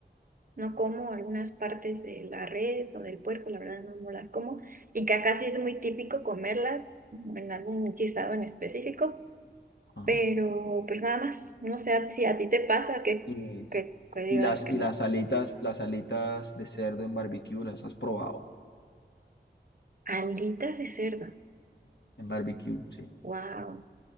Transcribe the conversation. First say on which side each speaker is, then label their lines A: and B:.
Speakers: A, on the right; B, on the left.
A: No como algunas partes de la res o del puerco, la verdad no, no las como. Y que acá sí es muy típico comerlas mm, en algún guisado en específico,
B: Ajá.
A: pero pues nada más. No sé si a ti te pasa que,
B: Y,
A: que, que digas
B: y las,
A: que
B: y
A: no.
B: las alitas, las alitas de cerdo en barbecue, ¿las has probado?
A: Alitas de cerdo.
B: En barbecue, sí.
A: Wow.